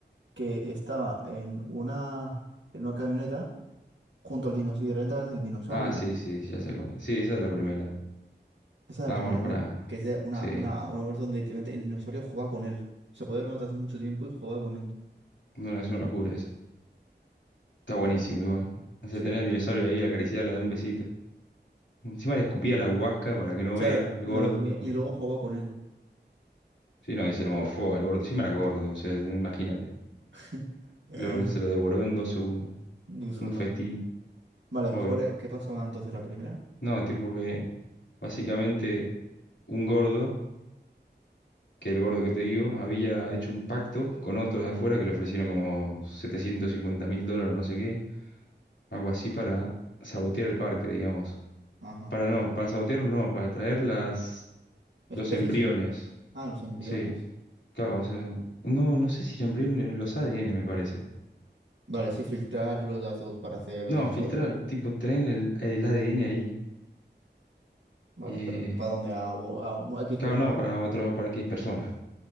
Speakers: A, on the right (about 85°); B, on the left (about 85°).
A: que estaba en una, en una camioneta junto al dinosaurio, y de repente aparece el dinosaurio.
B: Ah, sí, sí, ya sé cuál es. Sí, esa es la primera.
A: Esa es
B: Ah,
A: la primera,
B: bueno, para.
A: ¿no? Que es de una,
B: Sí,
A: una, una muerte donde literalmente el dinosaurio juega con él. O sea, poder lo mató hace mucho tiempo y jugaba con él.
B: no no, es una locura eso. Está buenísimo
A: O sea,
B: igual. O sea,
A: sí.
B: tener
A: O
B: al dinosaurio ahí, acariciarle, darle un besito. Encima le escupía la huasca para que no
A: sea,
B: vea al
A: lo-
B: gordo. po.
A: y luego jugaba con él.
B: Sí, no, y se lo morfó al gordo. Encima era gordo, o sea, imagínate.
A: <laughs>
B: Lo- se lo devoró en dos segundos.
A: Disfruto.
B: Un festín,
A: Vale,
B: obvio.
A: ¿cuál es- qué pasaba entonces la primera?
B: No, tipo que Básicamente, un gordo, que el gordo que te digo, había hecho un pacto con otros de afuera que le ofrecieron como 750 mil dólares, no sé qué, algo así para sabotear el parque, digamos.
A: Ajá,
B: Para no,
A: vale.
B: para sabotear no, para traer las,
A: Especies.
B: los embriones.
A: Ah, los embriones.
B: Sí, claro, o sea, no, no sé si el embrión, eh, los ADN me parece.
A: Vale, sí, filtrar los datos para hacer los
B: No,
A: dinosaurios.
B: filtrar,
A: ¿no?
B: tipo, traen el, el ADN ahí.
A: Vale,
B: Eh,
A: pero ¿para dónde? A, bo- a un- a X
B: claro,
A: persona,
B: no,
A: ¿no?
B: para otro, para X persona.